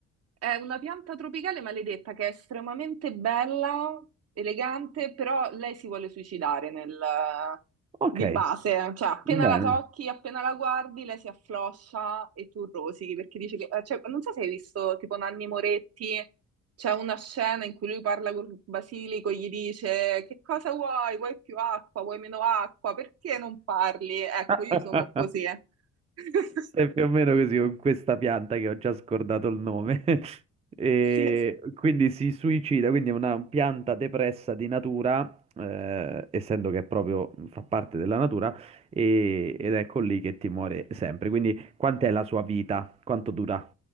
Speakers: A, on the right; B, on the right.
A: È una pianta tropicale maledetta che è estremamente bella, elegante, però lei si vuole suicidare nel-
B: Ok,
A: di base, cioè appena
B: bene.
A: la tocchi, appena la guardi, lei si affloscia e tu rosichi perché dice che, eh, cioè, non so se hai visto tipo Nanni Moretti, c'è una scena in cui lui parla con Basilico, gli dice che cosa vuoi? Vuoi più acqua? Vuoi meno acqua? Perché non parli? Ecco,
B: <laughs>
A: io sono così. <laughs>
B: È più o meno così con questa pianta che ho già scordato il nome. <laughs> E
A: Sì, es-
B: quindi si suicida, quindi è una pianta depressa di natura, eh, essendo che è proprio fa parte della natura, e- ed ecco lì che ti muore sempre. Quindi quant'è la sua vita? Quanto dura